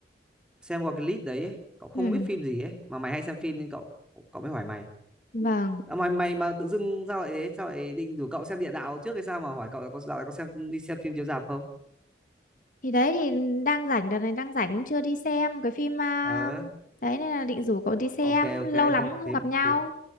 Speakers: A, in the centre; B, on the left (about 45°).
A: xem qua cái list đấy ấy, cậu không
B: Ừ,
A: biết phim gì ấy mà mày hay xem phim nên cậu cậu mới hỏi mày.
B: vâng.
A: À, mày mày mà tự dưng sao lại thế? Sao lại định rủ cậu xem địa đạo trước hay sao mà hỏi cậu là có dạo này có xem đi xem phim chiếu rạp không?
B: Thì đấy thì đang rảnh đợt này đang rảnh cũng chưa đi xem cái phim à,
A: Ờ,
B: đấy nên là định rủ cậu đi xem,
A: ok ok
B: lâu
A: thế
B: lắm không
A: thế
B: gặp nhau.
A: thế